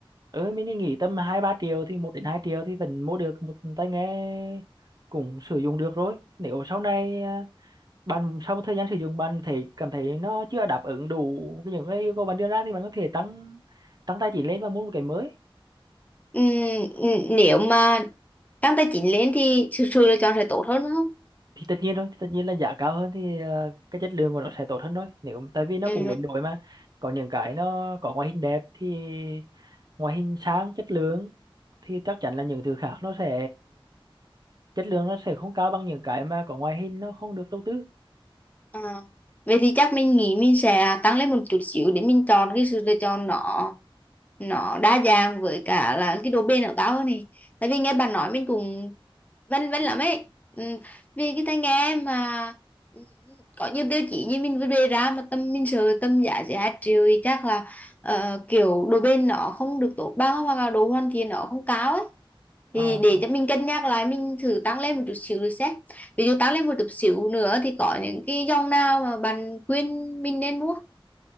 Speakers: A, on the right; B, on the left.
A: ừ mình đi nghỉ tầm hai ba triệu thì một đến hai triệu thì vẫn mua được một tai nghe cũng sử dụng được rồi nếu sau này à, bạn sau một thời gian sử dụng bạn thấy cảm thấy nó chưa đáp ứng đủ cái những cái yêu cầu bạn đưa ra thì bạn có thể tăng tăng tài chính lên và mua một cái mới
B: ừ, ừ, nếu mà tăng tài chính lên thì sự, sự lựa chọn sẽ tốt hơn đúng không
A: thì tất nhiên rồi tất nhiên là giá cao hơn thì ờ, cái chất lượng của nó sẽ tốt hơn thôi nếu tại vì nó
B: ừ
A: cũng đến đổi mà có những cái nó có ngoại hình đẹp thì ngoại hình sáng chất lượng thì chắc chắn là những thứ khác nó sẽ chất lượng nó sẽ không cao bằng những cái mà có ngoại hình nó không được đầu tư
B: À, vậy thì chắc mình nghĩ mình sẽ tăng lên một chút xíu để mình chọn cái sự lựa chọn nó nó đa dạng với cả là cái độ bền của tao hơn này tại vì nghe bà nói mình cũng vân vân lắm ấy ừ, vì cái tai nghe mà ừ, có nhiều tiêu chí như mình vừa đề ra mà tâm mình sợ tâm giá chỉ hai triệu thì chắc là ờ, kiểu độ bền nó không được tốt bằng hoặc là độ hoàn thiện nó không cao ấy
A: Ờ,
B: thì để cho mình cân nhắc lại mình thử tăng lên một chút xíu rồi xem ví dụ tăng lên một chút xíu nữa thì có những cái dòng nào mà bạn khuyên mình nên mua